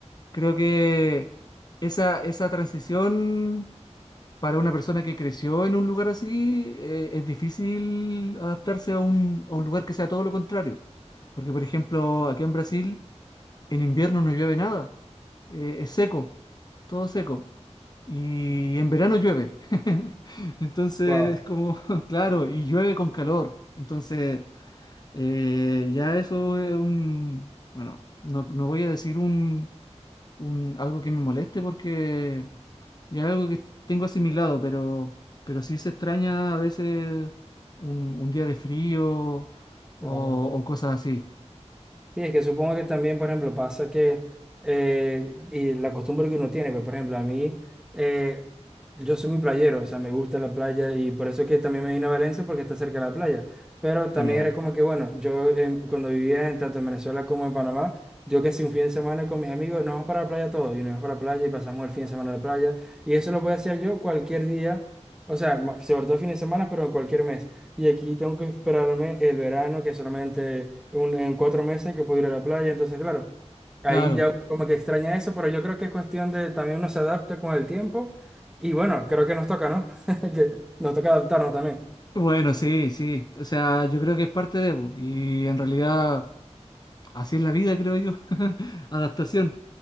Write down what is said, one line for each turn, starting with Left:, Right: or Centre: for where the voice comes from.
Left: creo que esa, esa transición para una persona que creció en un lugar así, eh, es difícil adaptarse a un, a un lugar que sea todo lo contrario. Porque, por ejemplo, aquí en Brasil, en invierno no llueve nada. Eh, es seco, todo seco. Y en verano llueve. <laughs> Entonces,
Centre: Wow,
Left: es como, <laughs> claro, y llueve con calor. Entonces... Eh, ya eso es un, bueno, no, no voy a decir un, un- algo que me moleste porque ya es algo que tengo asimilado, pero, pero sí se extraña a veces un, un día de frío o, o
Centre: claro.
Left: cosas así,
Centre: Sí, es que supongo que también, por ejemplo, pasa que, eh, y la costumbre que uno tiene, pues, por ejemplo, a mí, eh, yo soy muy playero, o sea, me gusta la playa y por eso que también me vine a Valencia porque está cerca de la playa. Pero también
Left: general.
Centre: era como que, bueno, yo em, cuando vivía en, tanto en Venezuela como en Panamá, yo que si un fin de semana con mis amigos, nos vamos para la playa todos y nos vamos para la playa y pasamos el fin de semana en la playa. Y eso lo puedo hacer yo cualquier día, o sea, ma- sobre todo fines de semana, pero en cualquier mes. Y aquí tengo que esperarme el verano, que solamente un- en cuatro meses que puedo ir a la playa. Entonces, claro, ahí
Left: Claro.
Centre: ya uno como que extraña eso, pero yo creo que es cuestión de también uno se adapta con el tiempo. Y bueno, creo que nos toca, ¿no? <laughs> Que nos toca adaptarnos también.
Left: Bueno, sí, sí. O sea, yo creo que es parte de, po, y en realidad así es la vida, creo yo. <laughs> Adaptación.